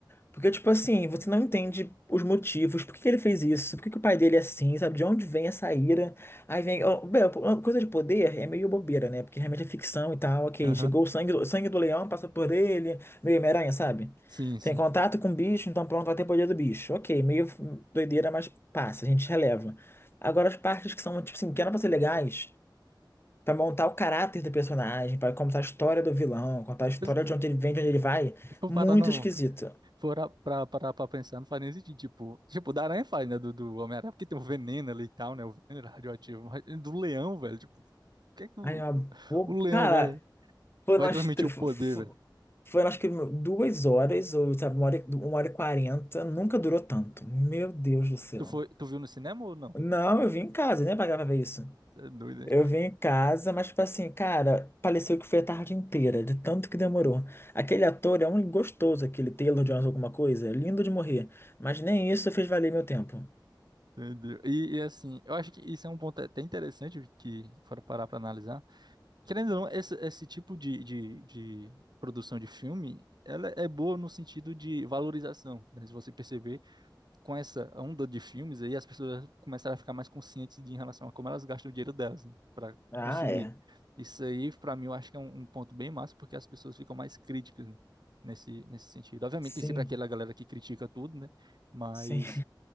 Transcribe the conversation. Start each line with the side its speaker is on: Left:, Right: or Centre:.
Left: Porque, tipo assim, você não entende os motivos, por que que ele fez isso, por que que o pai dele é assim, sabe? De onde vem essa ira? Aí vem. ó, bem, uma Coisa de poder é meio bobeira, né? Porque realmente é ficção e tal, ok.
Right: aham.
Left: Chegou o sangue, do- sangue do leão, passa por ele, meio Homem-Aranha, sabe?
Right: Sim,
Left: Tem
Right: sim.
Left: contato com o bicho, então pronto, vai ter poder do bicho. Ok, meio doideira, mas passa, a gente releva. Agora, as partes que são, tipo assim, que eram pra ser legais, pra montar o caráter do personagem, pra contar a história do vilão, contar a história
Right: Mas
Left: de onde ele vem, de onde ele vai,
Right: Se for
Left: muito
Right: parar no,
Left: esquisito.
Right: for a- pra, parar pra pensar, não faz nem sentido. Tipo, tipo, da aranha faz, né? Do, do Homem-Aranha, porque tem o veneno ali e tal, né? O veneno era radioativo. Mas do leão, velho, tipo, o que é que o,
Left: Ai, a bo...
Right: o leão
Left: Cara,
Right: vai,
Left: foram
Right: vai
Left: as...
Right: transmitir
Left: tr-
Right: o
Left: fo-
Right: poder,
Left: fo-
Right: velho?
Left: Foram acho que duas horas, ou sabe, uma hora, uma hora e quarenta. Nunca durou tanto. Meu Deus do céu.
Right: Tu foi, tu viu no cinema ou não?
Left: Não, eu vim em casa, né? Pagar pra ver isso.
Right: Você é doido, hein?
Left: Eu vim em casa, mas, tipo assim, cara, pareceu que foi a tarde inteira, de tanto que demorou. Aquele ator é um gostoso, aquele Taylor Jones, alguma coisa, é lindo de morrer. Mas nem isso fez valer meu tempo.
Right: Entendeu? E, e assim, eu acho que isso é um ponto até interessante que, for parar pra analisar. querendo ou não, esse, esse tipo de, de, de produção de filme, ela é boa no sentido de valorização, né? Se você perceber, com essa onda de filmes aí, as pessoas começaram a ficar mais conscientes de, em relação a como elas gastam o dinheiro delas, né? Para
Left: Ah,
Right: consumir.
Left: é.
Right: Isso aí, para mim, eu acho que é um, um ponto bem massa, porque as pessoas ficam mais críticas, né? Nesse, nesse sentido. Obviamente,
Left: Sim,
Right: tem sempre aquela galera que critica tudo, né? Mas
Left: sim.